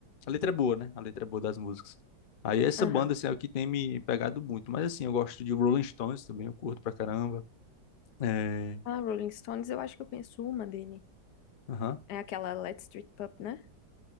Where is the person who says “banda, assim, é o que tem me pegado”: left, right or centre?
Left